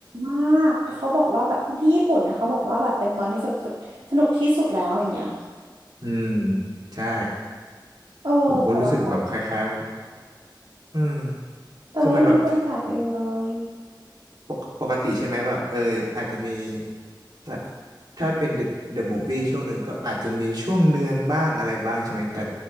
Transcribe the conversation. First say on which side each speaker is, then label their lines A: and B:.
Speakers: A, on the right; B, on the right.
A: มากแต่เขาบอกว่าแบบที่ญี่ปุ่นนะเขาบอกว่าแบบเป็นตอนที่สนุกสุดสนุกที่สุดแล้วอย่างเงี้ย
B: อืมใช่
A: เออแต่ว่า
B: ผมก็รู้สึกแบบคล้ายๆอืม
A: แต่ว่ายังไม่มีโอกาสไปดูเลย
B: คือมันแบบปกปกติใช่ไหมแบบเอออาจจะมีแบบถ้าเป็นเดอะมูฟวี่ช่วงหนึ่งก็อาจจะมีช่วงเนืองบ้างอะไรบ้างใช่ไหมแต่